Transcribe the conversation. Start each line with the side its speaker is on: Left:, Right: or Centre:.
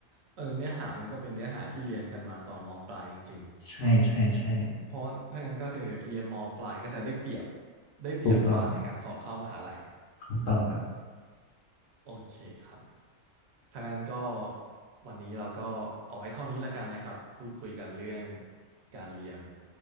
Right: เออเนื้อหามันก็เป็นเนื้อหาที่เรียนกันมาตอนมปลายจริง
Left: ใช่ใช่ใช่
Right: เพราะว่าถ้างั้นก็คือเรียนมปลายก็จะได้เปรียบได้เปรียบกว่าในการสอบเข้ามหาลัย
Left: ถูกต้องถูกต้องครับ
Right: โอเคครับถ้างั้นก็วันนี้เราก็เอาไว้เท่านี้ละกันนะครับพูดคุยกันเรื่องการเรียน